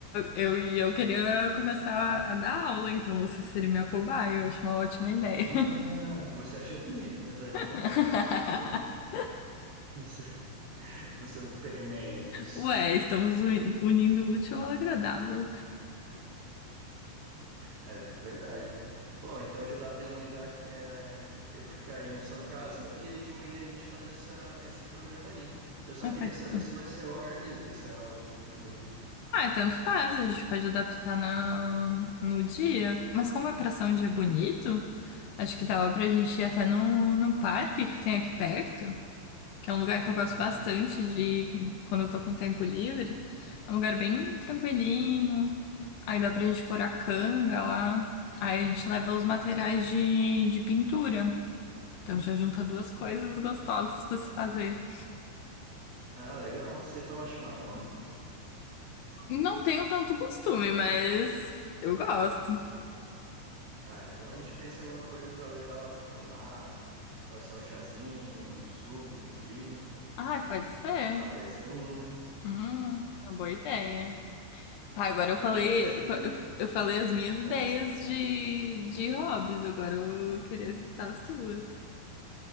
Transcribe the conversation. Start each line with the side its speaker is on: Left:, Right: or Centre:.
Left: Eu, eu, e eu queria começar a, a dar aula, então você seria minha cobaia. Eu acho uma ótima ideia.
Right: Ah, você achou bonito me usar de
Left: <laughs>
Right: cobaia na sua- no seu- <laughs> nos seus experimentos.
Left: Ué, estamos uni- unindo o útil ao agradável.
Right: É verdade. Bom, então já dá para emendar, é, eu ficar aí na sua casa e aí de manhã a gente faz essa, esse programa aí. Eu só
Left: Ah,
Right: queria
Left: pode
Right: saber
Left: ser.
Right: se vai ser ao ar livre essa aula de pintura.
Left: Ah, tanto faz, a gente pode adaptar na... no dia. Mas como é pra ser um dia bonito, acho que dava pra gente ir até no, no parque que tem aqui perto, que é um lugar que eu
Right: Uhum.
Left: gosto bastante de ir quando eu tô com tempo livre. É um lugar bem tranquilinho. Aí dá pra gente pôr a canga lá. Aí a gente leva os materiais de, de pintura. Então já junta duas coisas gostosas
Right: Uhum.
Left: pra se fazer.
Right: Ah, legal. Você toma chimarrão?
Left: Não tenho tanto costume, mas eu gosto.
Right: Ah, então a gente pensa em alguma coisa para levar lá para tomar. Pode ser um chazinho, um suco, um refri, um
Left: Ah, pode ser.
Right: cafezinho.
Left: Hum, uma boa ideia. Tá, agora eu
Right: Daí
Left: falei,
Right: a gente
Left: eu, fa- eu eu falei as minhas ideias
Right: Ah,
Left: de, de hobbies. Agora eu queria escutar as tuas.